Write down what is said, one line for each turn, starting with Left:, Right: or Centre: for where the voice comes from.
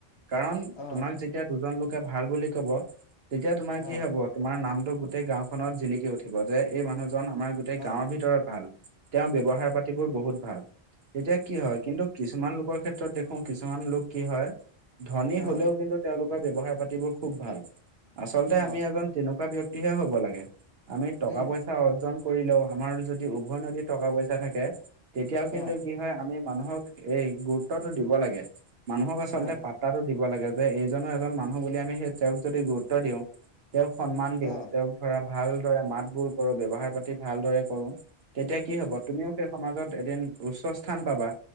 Right: কাৰণ
Left: অ
Right: তোমাক যে,,, তেতিয়া দুজন লোকে ভাল বুলি কব, তেতিয়া তোমাৰ
Left: হয়
Right: কি হব? তোমাৰ নামটো গোটেই গাঁওখনত জিলিকি উঠিব যে এই মানুহজন আমাৰ গোটেই
Left: অ
Right: গাঁৱৰ ভিতৰত ভাল। তেওঁৰ ব্যৱহাৰ পাতিবোৰ বহুত ভাল। তেতিয়া কি হয়, কিন্তু কিছ,,, কিছুমান লোকৰ ক্ষেত্ৰত দেখোন কিছুমান লোক কি হয়, ধনী হ'লেও
Left: অ
Right: কিন্তু তেওঁলোক ব্যৱহাৰ পাতিবোৰ খুব ভাল, আচলতে আমি
Left: অ
Right: এজন তেনেকুৱা ব্যক্তিহে হ'ব লাগে। আমি টকা
Left: উম
Right: পইচা অৰ্জন কৰিলেও, আমাৰ যদি উভয় নদীত টকা পইচা থাকে। তেতিয়াও কিন্তু
Left: অ
Right: কি হয়, আমি মানুহক এই গুৰুত্বটো দিব লাগে, মানুহক আচলতে
Left: হয় হয়
Right: পাতাত দিব লাগে যে এইজনো এজন মানুহ বুলি, আমি সেই তেওঁক যদি গুৰুত্ব দিওঁ তেওঁক সন্মান দিওঁ,
Left: অ
Right: তেওঁক ধৰা ভালদৰে মাতবোৰ কৰো, ব্যৱহাৰ পাতি ভালদৰে কৰো। তেতিয়া কি হ'ব, তুমিও সেই সমাজত এদিন উচ্চ স্থান পাবা।